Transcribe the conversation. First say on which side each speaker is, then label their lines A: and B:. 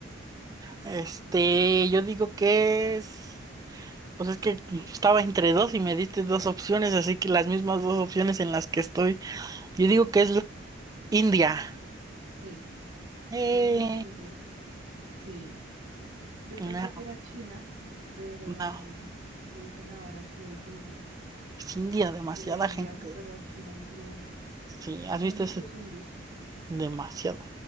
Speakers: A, on the right (about 20°); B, on the right (about 80°).
A: Este, yo digo que es. Pues es que estaba entre dos y me diste dos opciones, así que las mismas dos opciones en las que estoy. Yo digo
B: Exacto.
A: que es la India.
B: Sí,
A: Eh,
B: muy, muy bien. Sí, yo
A: no,
B: pensé que era China, pero
A: no.
B: dicen ahora que es India.
A: Es India, demasiada
B: Que la India
A: gente.
B: superó a China, increíble.
A: Sí, has
B: Hay
A: visto
B: muchos
A: ese
B: indios.
A: demasiado.